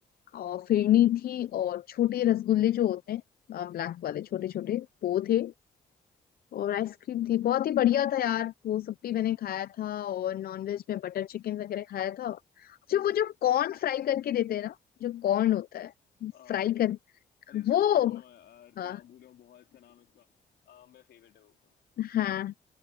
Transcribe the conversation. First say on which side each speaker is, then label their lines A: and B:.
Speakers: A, on the left (about 60°); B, on the left (about 75°).
A: और फिरनी
B: हम्म।
A: थी और छोटे रसगुल्ले जो होते हैं ब्लैक वाले छोटे छोटे वो थे और आइसक्रीम थी बहुत ही बढ़िया था यार वो सब भी मैंने खाया था और नॉनवेज में बटर चिकन वगैरह खाया था अच्छा वो जो कॉर्न फ्राई करके देते हैं ना जो कॉर्न होता है
B: अम,
A: फ्राई कर
B: अरे उसका
A: वो
B: नाम भूल रहा हूँ यार उसका
A: हाँ
B: नाम भूल रहा हूँ बहुत सा नाम है उसका अ, मेरा फेवरेट है वो
A: हाँ,